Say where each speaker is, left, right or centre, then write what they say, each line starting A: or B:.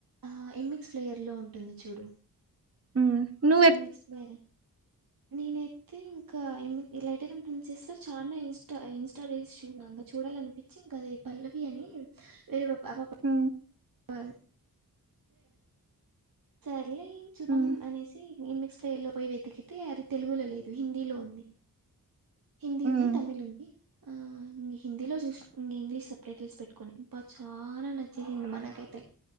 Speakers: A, on the right (about 65°); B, on the right (about 40°).
A: ఆ ఎమ్మిక్స్ ప్లేయర్ లో ఉంటుంది చూడు
B: ఊ ను
A: ఎమిక్స్ ప్లేయర్ నేనైతే ఇంకా లైటర్ం ప్రన్సెస్ లో చాలా ఇన్స్టా ఇన్స్టా రీల్స్ చూక చూడాలనిపించ చింక్ అదే పల్లవి అని వేరే పాపా పా
B: ఉ
A: <unintelligible> సర్లే చూద్దాం
B: మ్మ్
A: అనేసి ఈ మిక్స్ ప్లేయర్ లో పోయి వెతికితే అది తెలుగులో లేదు హిందీలో ఉంది హిందీ ఉంది
B: మ్మ్
A: తమిళ్ ఉంది ఆ ఇం హిందీలో చూస ఇంగ ఇంగ్లీష్ సపరేట్ లీస్ పెట్టుకొని అబ చాలా నచ్చేసింది మనకి